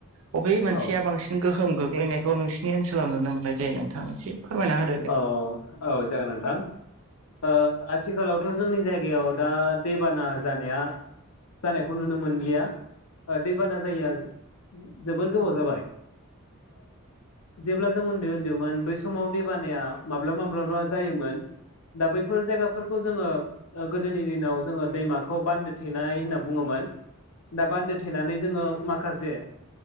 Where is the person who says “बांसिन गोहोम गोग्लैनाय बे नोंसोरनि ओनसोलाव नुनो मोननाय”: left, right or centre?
Right